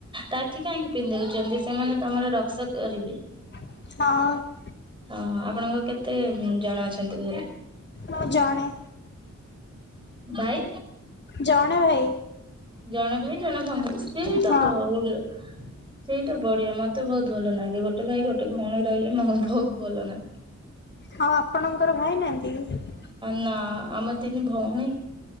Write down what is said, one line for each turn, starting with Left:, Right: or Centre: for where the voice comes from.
Right: ରାକ୍ଷୀ କାହିଁକି ପିନ୍ଧଉଛନ୍ତି ସେମାନେ ତମର ରକ୍ସା କରିବେ?
Left: ହଁ।
Right: ଓହୋ ଆପଣଙ୍କ କେତେ ଜଣ ଅଛନ୍ତି ଘରେ?
Left: ମୁଁ ଜଣେ।
Right: ଭାଇ
Left: ଜଣେ ଭାଇ।
Right: ଜଣେ ଭାଇ ଜଣେ ଭଙ୍ଗ ସେ
Left: ହଁ
Right: ତ ବଉ ସେଇଟା ବଢିଆ ମତେ ବହୁତ ଭଲ ନାଗେ ଗୋଟେ ଭାଇ ଗୋଟେ ଭଉଣୀ ରହିଲେ ମୋ ବହୁତ ଭଲ ନାଗେ।
Left: ହଉ ଆପଣଙ୍କର ଭାଇ ନାହାନ୍ତି କି?
Right: ନା ଆମେ ତିନି ଭଉଣୀ